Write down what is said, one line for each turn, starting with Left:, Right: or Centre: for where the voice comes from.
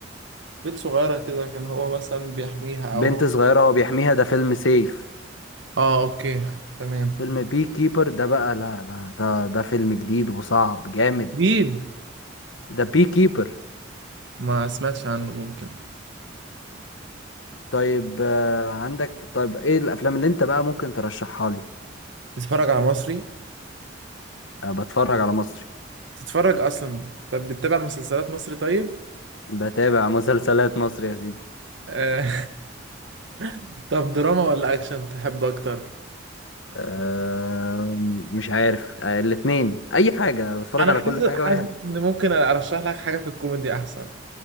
Right: بنت صغيرة كده كان هو مثلا بيحميها
Left: بنت
Right: أو هو
Left: صغيرة هو بيحميها ده فيلم سيف
Right: اه اوكي تمام
Left: فيلم بي كيبر ده بقى لا لا ده ده فيلم جديد وصعب جامد
Right: جديد
Left: ده بي كيبر
Right: ما سمعتش عنه ممكن
Left: طيب آه، عندك طيب ايه الافلام اللي انت بقى ممكن ترشحها لي
Right: تتفرج على مصري
Left: أه بتفرج على مصري
Right: تتفرج اصلا طب بتتابع مسلسلات مصري طيب
Left: بتابع مسلسلات مصري يا سيدي
Right: آه. <laughs> طب دراما ولا اكشن تحب اكتر
Left: أه مش عارف أه الاتنين اي حاجة بتفرج
Right: انا
Left: على
Right: حاسس
Left: كل حاجة
Right: حاسس
Left: واي حاجة
Right: ان ممكن ارشح لك حاجه في الكوميدي احسن